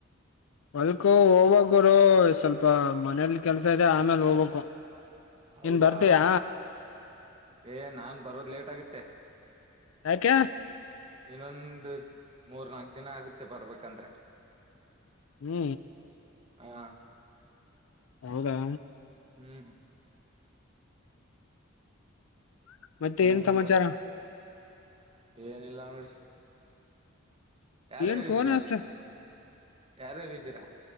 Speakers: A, on the left; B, on the right.
A: ಹೊಲ್ಕ ಹೋಗ್ಬೇಕ ಗುರು ಸ್ವಲ್ಪ ಮನೇಲಿ ಕೆಲಸ ಇದೆ ಆಮೇಲ ಹೋಗ್ಬೇಕು.
B: ಹೌದಾ
A: ನೀನ್ ಬರ್ತೀಯಾ
B: ಏ ನಾನ ಬರೋದ್ ಲೇಟ್ ಆಗತ್ತೆ.
A: ಯಾಕೆ?
B: ಇನ್ನೊಂದ್ ಮೂರ್ ನಾಲ್ಕ್ ದಿನ ಆಗುತ್ತೆ ಬರ್ಬೇಕಂದ್ರೆ.
A: ಹ್ಮ್ಊ
B: ಹಾ
A: ಹೌದಾ
B: ಹ್ಮ್
A: ಮತ್ತೆ
B: ಹಾ
A: ಏನ್ ಸಮಾಚಾರ
B: ಬ ಏನಿಲ್ಲ ನೋಡಿ. ಯಾರ್
A: ಏನ್
B: ಯಾರ್
A: ಫೋನ್
B: ಇದ್ದೀರಾ
A: ಹಚ್ಚ
B: ಅಲ್ಲಿ? ಯಾರ್ ಯಾರ್ ಇದ್ದೀರ